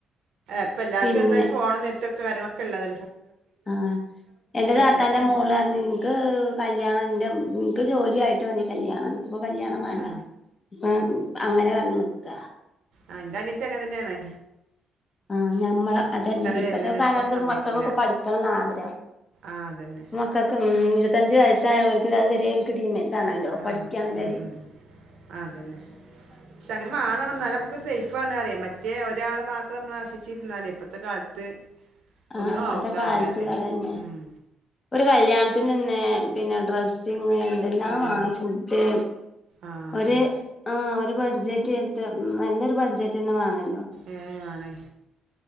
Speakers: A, on the right; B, on the left.
A: അപ്പൊ എല്ലാർക്കും
B: പിന്നെ
A: എന്തായാലും ഫോണ നെറ്റ് ഒക്കെ കാര്യണളൊക്കെ ഉള്ളത
B: ആഹ എന്റെ താത്താന്റെ
A: എന്തെങ്കിലുമൊക്കെ
B: മോള്റഞ്ഞു ഇനിക്ക് കല്യാണന്റെ ന്ക്ക് ജോലിയായിട്ട് മതി കല്യാണം ന്ക്ക് ഇപ്പൊ കല്യാണം വേണ്ട
A: ആ
B: ഇപ്പൊ അങ്ങനെ പറഞ് നിക്ക
A: ആഹ് ന്റെ അനിയത്തിയൊക്കെ അങ്ങനന്നെയാണ്
B: ആ ഞമ്മളെ അതന്നെ ഇപ്പത്തെ
A: വരലുണ്ട്
B: കാലകട്ടത്ത്
A: പക്ഷെ സമ്മതിക്കൂല
B: മക്കൾക്കൊക്കെ പഠിക്കണന്ന ആഗ്രഹം
A: ആ അതന്നെ
B: മക്കൾക്ക് മ് ഇരുപത്തഞ്ച് വയസായവൾക്ക് അത് വരെ അവൾക്ക് ടീമ നല്ലോ
A: ആഹ്
B: പഠിക്കാല്ലര്
A: ഉം ഉം അതന്നെ പക്ഷെ അങ്ങനെ വാണം ന്നാല നമക്ക് സേഫാന്നറിയാം മറ്റേ ഒരാള് മാത്രം നമ്മ്ള ക്ഷിച്ചിരുന്നാലേ ഇപ്പഴത്തെ കാലത്ത്
B: ആഹ്
A: ഒന്നും
B: ഇപ്പത്തെ
A: ആവും ഇതാവൂല
B: കാലത്ത്
A: അറിയേ
B: അതന്നെ
A: ഉം
B: ഒരു കല്യാണത്തിന്നനെ പിന്നെ ഡ്രസ് പിന്നെ എന്തെല്ലാമാണം
A: ഏഹ്
B: ഫുഡ്
A: ആഹ് അതന്നെ
B: ഒരു ആഹ് ഒരു ബഡ്ജറ്റ് നല്ലൊരു ബഡ്ജറ്റന്നെ വേണല്ലോ
A: ഏഹ് വാണം